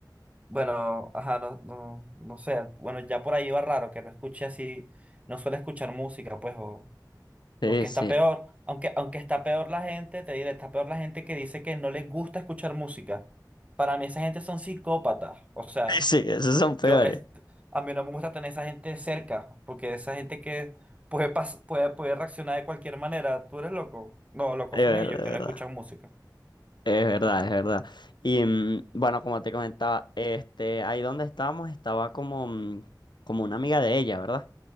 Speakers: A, on the right; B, on the left.
A: bueno, ajá, no, no, no sé. Bueno, ya por ahí iba raro que no escuché así, no suele escuchar música, pues, o,
B: Sí,
A: Aunque
B: sí,
A: está peor, aunque, aunque está peor la gente, te diré, está peor la gente que dice que no les gusta escuchar música. Para mí esa gente son psicópatas. O
B: <laughs>
A: sea,
B: sí, sí, esos son peores.
A: yo es, a mí no me gusta tener esa gente cerca, porque esa gente que puede, pas- puede, puede reaccionar de cualquier manera. Tú eres loco. No, locos
B: Es verdad,
A: son ellos que no escuchan música.
B: es verdad, es verdad. es verdad. Y mm, bueno, como te comentaba, este, ahí donde estábamos estaba como, mm, como una amiga de ella, ¿verdad?